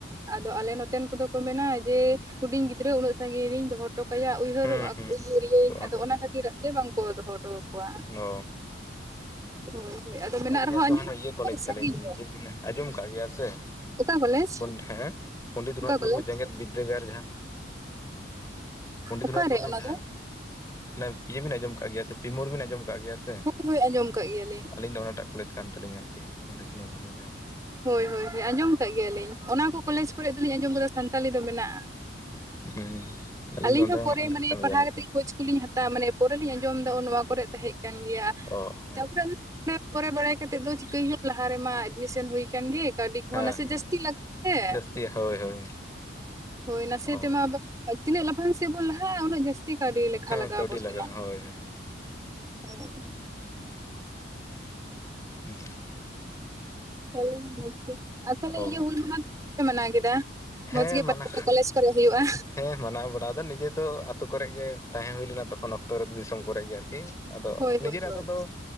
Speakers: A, on the right; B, on the left.
A: ᱟᱫᱚ ᱟᱞᱮ ᱱᱚᱛᱮᱱ ᱠᱚᱫᱚ ᱠᱚ ᱢᱮᱱᱟ ᱡᱮ ᱦᱩᱰᱤᱧ ᱜᱤᱫᱽᱨᱟᱹ ᱩᱱᱟᱹᱜ ᱥᱟᱺᱜᱤᱧ ᱨᱤᱧ ᱫᱚᱦᱚ ᱦᱚᱴᱚ ᱠᱟᱭᱟ ᱩᱭᱦᱟᱹᱨᱚᱜ-ᱟ
B: ᱦᱩᱸ ᱦᱩᱸ
A: ᱩᱭᱦᱟᱹᱨᱮᱭᱟᱹᱧ
B: ᱚᱜᱼᱟ
A: ᱟᱫᱚ
B: ᱠᱚ
A: ᱚᱱᱟ ᱠᱷᱟᱹᱛᱤᱨᱟᱜ ᱛᱮ ᱵᱟᱝ ᱠᱚ ᱫᱚᱦᱚ ᱟᱠᱚᱣᱟ
B: ᱚᱻ
A: ᱦᱳᱭ ᱦᱳᱭ ᱟᱫᱚ ᱢᱮᱱᱟᱜ
B: ᱟᱹᱞᱤᱧᱟᱜ
A: ᱨᱮᱦᱚᱸ
B: ᱫᱚ
A: ᱟᱸᱡᱚᱢ
B: ᱦᱟᱱᱮ ᱤᱭᱟᱹ ᱠᱚᱞᱮᱡᱽ ᱛᱟᱞᱤᱧ
A: ᱥᱟᱺᱜᱤᱧ ᱧᱚᱜ
B: <inaudible> ᱟᱸᱡᱚᱢ ᱟᱠᱟᱜ ᱜᱮᱭᱟ ᱥᱮ᱾
A: ᱚᱠᱟ ᱠᱚᱞᱮᱡᱽ
B: ᱯᱚᱱ ᱦᱮᱸ ᱯᱚᱱᱰᱤᱛ ᱨᱚᱜᱷᱩᱱᱟᱛᱷ
A: ᱚᱠᱟ ᱠᱚᱞᱮᱡᱽ
B: ᱢᱩᱨᱢᱩ ᱡᱮᱜᱮᱛ ᱵᱤᱫᱽᱫᱟᱹᱜᱟᱲ ᱡᱟᱦᱟᱸ ᱯᱚᱱᱰᱤᱛ
A: ᱚᱠᱟᱨᱮ
B: ᱨᱚᱜᱷᱩᱱᱟᱛᱷ ᱢᱩᱨᱢᱩ
A: ᱚᱱᱟ
B: ᱡᱟᱦᱟᱸ
A: ᱫᱚ
B: ᱢᱟᱱᱮ ᱯᱤᱭᱟᱹ ᱵᱤᱱ ᱟᱸᱡᱚᱢ ᱠᱟᱜ ᱜᱮᱭᱟ ᱥᱮ ᱯᱤᱢᱳᱲ ᱵᱤᱱ ᱟᱸᱡᱚᱢ ᱠᱟᱜ ᱜᱮᱭᱟ ᱥᱮ,
A: ᱦᱳᱭ ᱦᱳᱭ ᱟᱸᱡᱚᱢ ᱠᱟᱜ ᱜᱮᱭᱟᱞᱤᱧ᱾
B: ᱟᱹᱞᱤᱧ ᱫᱚ ᱚᱱᱟᱴᱟᱜ ᱠᱚᱞᱮᱡᱽ ᱠᱟᱱ ᱛᱟᱹᱞᱤᱧᱟ ᱟᱨᱠᱤ ᱯᱚᱱᱰᱤᱛ ᱨᱩᱜᱷᱩᱱᱟᱛᱷ ᱢᱩᱨᱢᱩ ᱡᱟᱦᱟᱸ᱾
A: ᱦᱳᱭ ᱦᱳᱭ ᱦᱳᱭ ᱟᱸᱡᱚᱢ ᱠᱟᱜ ᱜᱮᱭᱟᱞᱤᱧ ᱚᱱᱟ ᱠᱚ ᱠᱚᱞᱮᱡᱽ ᱠᱚᱨᱮ ᱫᱚᱞᱤᱧ ᱟᱸᱡᱚᱢ ᱟᱠᱟᱫᱟ ᱥᱟᱱᱛᱟᱞᱤ ᱫᱚ ᱢᱮᱱᱟᱜ-ᱟ᱾
B: ᱦᱩᱸ ᱟᱹᱞᱤᱧ
A: ᱟᱞᱤᱧ
B: ᱫᱚ ᱚᱸᱰᱮ
A: ᱦᱚᱸ ᱯᱚᱨᱮ
B: ᱚᱸᱰᱮᱱ
A: ᱢᱟᱱᱮ
B: ᱠᱟᱱ
A: ᱯᱟᱲᱦᱟᱣ
B: ᱜᱮᱭᱟᱞᱤᱧ
A: ᱠᱟᱛᱮ ᱠᱷᱳᱪ ᱠᱚᱞᱤᱧ ᱦᱟᱛ ᱛᱟ ᱢᱟᱱᱮ ᱯᱚᱨᱮ ᱞᱤᱧ ᱟᱸᱡᱚᱢ ᱮᱫᱟ ᱱᱚᱣᱟ ᱠᱚᱨᱮ ᱛᱟᱦᱮᱸ ᱠᱟᱱ ᱜᱮᱭᱟ,
B: ᱚ ᱦᱮᱸ
A: ᱛᱟᱯᱚᱨᱮ ᱚᱱᱮ ᱯᱚᱨᱮ ᱵᱟᱲᱟᱭ ᱠᱟᱛᱮᱫ ᱫᱚ ᱪᱤᱠᱟᱹᱭ ᱦᱩᱭᱩᱜ ᱞᱟᱦᱟ ᱨᱮᱢᱟ ᱮᱰᱢᱤᱥᱮᱱ ᱦᱩᱭ ᱟᱠᱟᱱ ᱜᱮ᱾ ᱠᱟᱹᱣᱰᱤ ᱠᱚᱦᱚᱸ
B: ᱦᱮᱸ
A: ᱱᱟᱥᱮ ᱡᱟᱹᱥᱛᱤ <inaudible> ᱛᱮ
B: ᱡᱟᱹᱥᱛᱤ ᱦᱳᱭ ᱦᱳᱭ
A: ᱦᱳᱭ ᱱᱟᱥᱮ
B: ᱚ
A: ᱛᱮᱢᱟ ᱛᱤᱱᱟᱹᱜ ᱞᱟᱯᱷᱟᱝ ᱥᱮᱜ ᱵᱚᱱ ᱞᱟᱦᱟᱜ-ᱟ ᱩᱱᱟᱹᱜ ᱡᱟᱹᱥ -ᱛᱤ ᱠᱟᱹᱣᱰᱤ ᱞᱮᱠᱷᱟ
B: ᱦᱮᱸ
A: ᱞᱟᱜᱟᱣ
B: ᱠᱟᱹᱣᱰᱤ
A: ᱟᱵᱚᱱ
B: ᱞᱟᱜᱟᱜᱼᱟ
A: ᱠᱟᱱᱟ᱾
B: ᱦᱳᱭ
A: ᱦᱳᱭ,
B: ᱦᱩᱸ
A: <unintelligible> ᱟᱨ ᱛᱟᱦᱞᱮ
B: ᱚ
A: ᱤᱭᱟᱹ ᱦᱩᱞ ᱢᱟᱦᱟ <inaudible> ᱫᱚ ᱯᱮ ᱢᱟᱱᱟᱣ ᱠᱮᱫᱟ᱾
B: ᱦᱮᱸ
A: ᱢᱚᱸᱡᱽ ᱜᱮ
B: ᱢᱟᱱᱟ
A: <inaudible> ᱠᱚᱞᱮᱡᱽ ᱠᱚᱨᱮ ᱦᱩᱭᱩᱜ-ᱟ᱾
B: ᱦᱮᱸ ᱢᱟᱱᱟᱣ ᱵᱟᱲᱟ ᱫᱚ ᱱᱤᱡᱮ ᱫᱚ ᱟᱛᱳ ᱠᱚᱨᱮ ᱜᱮ ᱛᱟᱦᱮᱸ ᱦᱩᱭ ᱞᱮᱱᱟ ᱛᱚᱠᱷᱚᱱ ᱚᱠᱛᱚ ᱨᱮ ᱫᱤᱥᱚᱢ ᱠᱚᱨᱮ ᱜᱮ ᱟᱹᱨᱠᱤ ᱾ ᱟᱫᱚ
A: ᱦᱳᱭ
B: ᱱᱤᱡᱮᱨᱟᱜ
A: ᱦᱳᱭ ᱦᱳᱭ
B: ᱟᱛᱳ ᱫᱚ